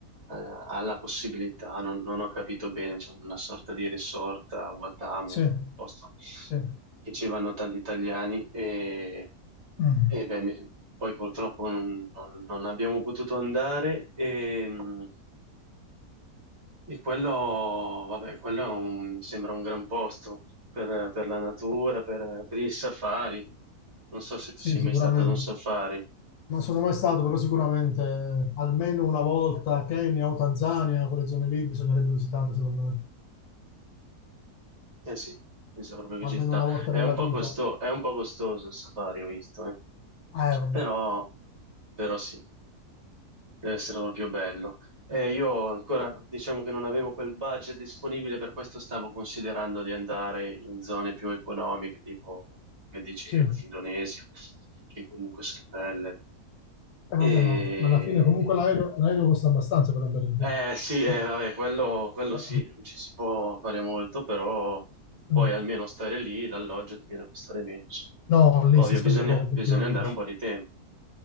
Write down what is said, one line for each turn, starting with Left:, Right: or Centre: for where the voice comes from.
Right: ha la possibilità, non, non ho capito bene, c'è una sorta di resort a Watamu,
Left: sì,
Right: un posto
Left: sì.
Right: che ci vanno tanti italiani. E...
Left: Mm.
Right: E beh, mi- poi purtroppo non, non- non abbiamo potuto andare e, mm, e quello, vabbè, quello è un- mi sembra un gran posto per, per la natura, per, per i safari. Non so se tu
Left: Sì,
Right: sei
Left: sicuramente.
Right: mai stato ad un safari.
Left: Non sono mai stato, però sicuramente eh, almeno una volta Kenya o Tanzania, quelle zone lì bisognerebbe visitarle, secondo me.
Right: Eh sì, mi sa proprio che
Left: Almeno
Right: ci sta.
Left: una volta
Right: È
Left: nella
Right: un po'
Left: vita.
Right: costo- è un po' costoso il safari, ho visto, eh.
Left: Eh, vabbè.
Right: Però, però sì. Deve essere proprio bello. Eh, io ancora, diciamo che non avevo quel budget disponibile, per questo stavo considerando di andare in zone più economiche, tipo, come dicevo,
Left: Sì, eh,
Right: l'Indonesia, che comunque sono belle.
Left: vabbè,
Right: E...
Left: ma ma alla fine comunque l'aereo l'aereo costa abbastanza per andare lì.
Right: Eh sì, eh,
Left: Sì.
Right: vabbè, quello, quello
Left: Eh,
Right: sì, non ci si può fare molto, però poi
Left: eh.
Right: almeno stare lì, l'alloggio ti viene a costare meno. insomma.
Left: No, lì
Right: Ovvio,
Left: si spende
Right: bisogna,
Left: poco, obiettivamente.
Right: bisogna andare un po' di tempo.